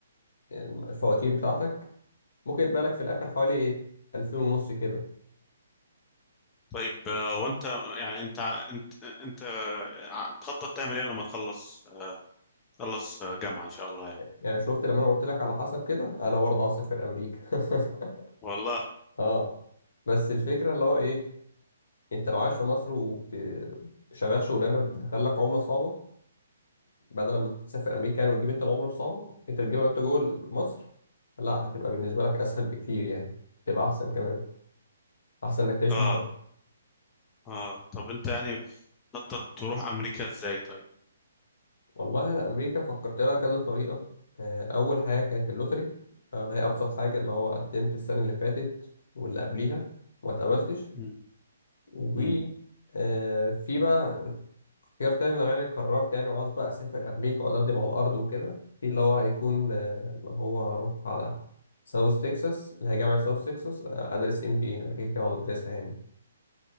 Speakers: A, on the left; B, on the left.
A: الفواتير بتاعتك ممكن يتبقى لك في الآخر حوالي 2000 ونص كده
B: طيب آه، وانت يعني انت انت انت آه، بتخطط تعمل ايه لما تخلص آه، تخلص آه، جامعة ان شاء الله يعني
A: يعني شفت لما أنا قلت لك على حسب كده أنا برضه عايز أسافر أمريكا <laughs>
B: والله
A: اه بس الفكرة اللي هو إيه أنت لو عايش في مصر وشغال شغلانة بتدخل لك عملة صعبة بدل ما تسافر امريكا يعني وتجيب انت العمله الصعبه انت تجيبها وانت جوه مصر لا هتبقى بالنسبه لك اسهل بكتير يعني تبقى احسن كمان احسن انك تعيش
B: اه
A: بره
B: اه طب انت يعني بتخطط تروح امريكا ازاي طيب
A: والله انا امريكا فكرت لها كذا طريقه آه، اول حاجه كانت اللوتري آه، اللي هي ابسط حاجه اللي هو قدمت السنه اللي فاتت واللي قبليها وما اتقبلتش
B: مم.
A: و
B: مم.
A: آه، في بقى اختيار تاني لو يعني قررت يعني وعاوز بقى أسافر أمريكا وأدبدب على الأرض وكده في اللي هو هيكون آه، اللي هو هروح على ساوث تكساس اللي هي جامعة ساوث تكساس آه، أدرس إم بي أنا كده كده هقعد أدرسها يعني